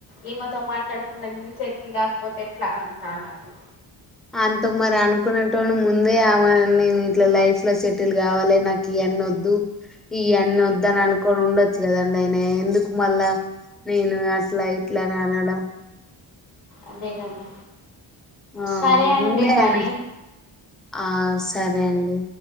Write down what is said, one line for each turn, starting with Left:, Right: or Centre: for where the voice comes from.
Left: ఈమెతో మాట్లాడకుండా నించే సెటిల్ కాకపోతే ఎట్లా అంటానడు
Centre: అంత మరి అనుకున్నటోనీ ముందే ఆమె నేను ఇట్లా లైఫ్ లో సెటిల్ కావాలి నాకి వన్నీ వద్దు ఈ యన్ని వద్దు అని అనుకోని ఉండొచ్చు కదండి ఆయన ఎందుకు మళ్ళా నేను అట్లా ఇట్లా అని అనడం
Left: అదే కదా
Centre: ఆ
Left: సరే అండి
Centre: ముందే
Left: మరి
Centre: ఆయన ఆ సరే అండి